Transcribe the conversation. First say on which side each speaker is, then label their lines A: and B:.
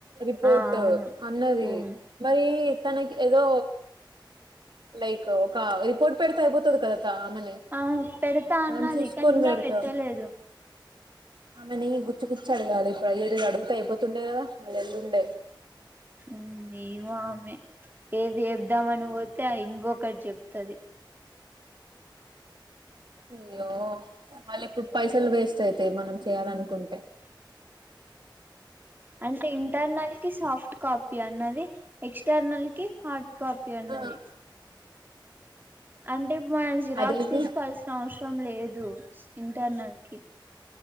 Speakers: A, on the right (about 65°); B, on the right (about 25°).
A: రిపోర్ట్
B: ఆ అవును
A: అన్నది
B: ఉమ్
A: మరి తనకి ఏదో లైక్ ఒక రిపోర్ట్ పెడితే అయిపోతుంది కదా మ
B: ఆ పెడతా అన్నది
A: మ చూసుకని
B: కానీ ఇంకా పెట్టలేదు
A: పోతే ఆమె న గుచ్చు గుచ్చు అడిగా అ ఇప్పుడు ఏది అడుగుత అయిపోతుండే కదా మళ్ రేల్లుండే
B: ఉమ్ ఏమో ఆమె ఏది జెబ్ దామని బోతే ఇంకొకటి చెప్తది
A: అయ్యో మళ్ళీ ఇప్పుడు పైసలు వేస్ట్ అయితయి మనం చేయాల అనుకుంటు
B: <unintelligible> అంటే ఇంటర్నల్ కి సాఫ్ట్ కాపీ అన్నది. ఎక్స్టర్నల్ కి హార్డ్ కాపీ అన్నది.
A: ఆ
B: అంటే మనం జీరాక్స్
A: అదేంది
B: తీసుకోవాల్సిన అవసరం లేదు. లేదు ఇంటర్నల్ కి